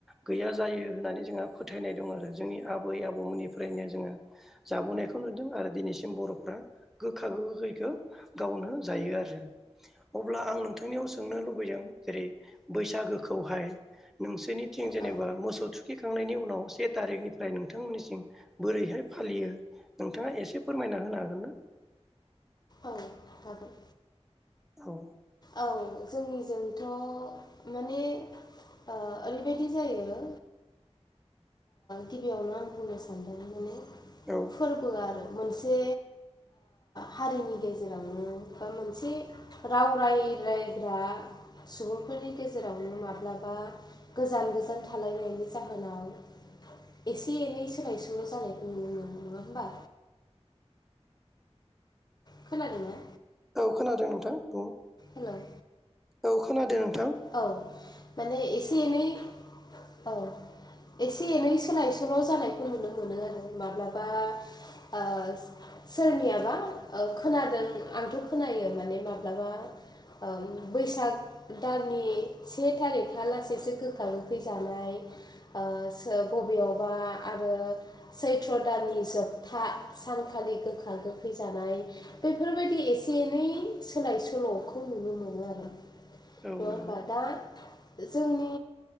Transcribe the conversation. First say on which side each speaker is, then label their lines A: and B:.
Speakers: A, in the centre; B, on the left (about 40°).
A: गैया जायो होननानै जोंहा फोथायनाय दं। दं आरो जोंनि आबै आबौमोननिफ्रायनो जोङो जाबोनायखौ नुदों आरो दिनैसिम बर'फ्रा गोखा गोखैखौ गावनो जायो आरो। अब्ला आं नोंथांनियाव सोंनो लुबैदों जेरै बैसागोखौहाय नोंसोरनि थिं जेनेबा
B: औ
A: मोसौ थुखैखांनायनि उनाव से थारिखनिफ्राय नोंथांमोननिसिम बोरैहाय फालियो? नोंथाङा एसे फोरमायना होनो हागोन ना?
B: औ जागोन।
A: औ।
B: औ जोंनिजोंथ' माने ओ ओरैबायदि जायो गिबियावनो आं बुंनो सानदों माने
A: औ
B: फोरबो आरो। मोनसे हारिनि गेजेरावनो बा मोनसे राव राय इरायग्रा सुबुंफोरनि गेजेरावनो माब्लाबा गोजान गोजान थालाय नि जाहोनाव एसे एनै सोलाय सोल' जानायखौ नुनो मोनो नङा होमबा? खोनादोंना?
A: औ <unintelligible>
B: होलाय
A: औ खोनादों। नोंथां
B: औ माने एसे एनै औ एसे एनै सोलाय सोल' जानायखौ नुनो मोनो आरो माब्लाबा आ सोरनियाबा खोनादों आंथ' खोनायो माने माब्लाबा ओ बैसाग दाननि से थारिख हा लासैसो गोखा होखैजानाय ओ सो बेयाव आरो सैथ्र' दाननि जोबथा सानखालि गोखा गोखै जानाय बेफोरबायदि एसे एनै सोलाय सोल'खौ नुनो मोनो आरो
A: औ
B: नङा
A: नंगौ
B: होनबा दा जोंनि